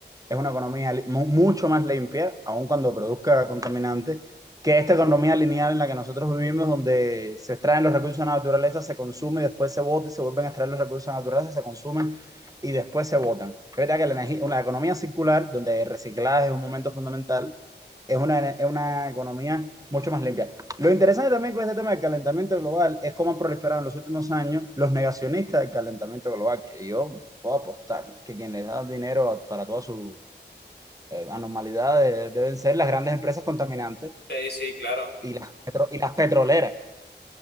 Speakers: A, on the right (about 20°); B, on the left (about 65°).
A: es una economía li- mu- mucho más limpia, aun cuando produzca contaminantes, que esta economía lineal en la que nosotros vivimos, donde se extraen los recursos de la naturaleza, se consume y después se bota y se vuelven a extraer los recursos de la naturaleza, se consumen y después se botan. Es verdad que la energía, una economía circular, donde el reciclaje es un momento fundamental, es una, es una economía mucho más limpia. Lo interesante también con este tema del calentamiento global es cómo han proliferado en los últimos años los negacionistas del calentamiento global, que yo puedo apostar que quien les da dinero a- para todas sus eh, anormalidades deben ser las grandes empresas contaminantes
B: Sí, sí, claro.
A: y las, petro- y las petroleras.